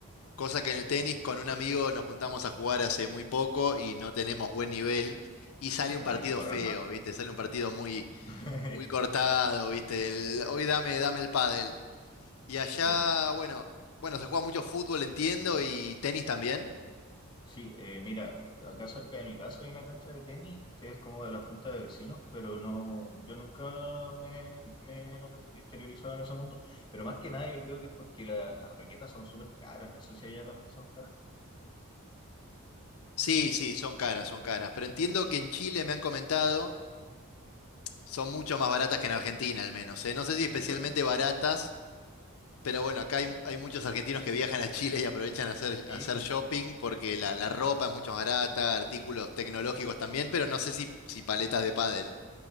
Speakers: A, on the left; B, on the left.
A: cosa que en el tenis con un amigo nos juntamos a jugar hace muy poco y no tenemos buen nivel y sale
B: Claro,
A: un partido
B: hay que correr
A: feo,
B: más.
A: ¿viste? Sale un partido muy
B: <laughs>
A: muy cortado, ¿viste? El- hoy dame, dame el pádel. Y allá,
B: Claro.
A: bueno, bueno, se juega mucho fútbol, entiendo, y tenis también.
B: Sí, eh, mira, acá cerca de mi casa hay una cancha de tenis que es como de la junta de vecinos, pero no, yo nunca me, me he interiorizado en ese mundo. Pero más que nada yo creo que es porque la- las raquetas son súper caras. No sé si allá también son caras.
A: Sí, sí, son caras, son caras. Pero entiendo que en Chile me han comentado, son mucho más baratas que en Argentina, al menos, ¿eh? No sé si especialmente
B: Bueno,
A: baratas, pero bueno, acá hay,
B: claro.
A: hay muchos argentinos que viajan a Chile y aprovechan a hacer,
B: Sí,
A: a hacer shopping porque la, la ropa es mucho más barata, artículos tecnológicos también, pero no sé si, si paletas de pádel.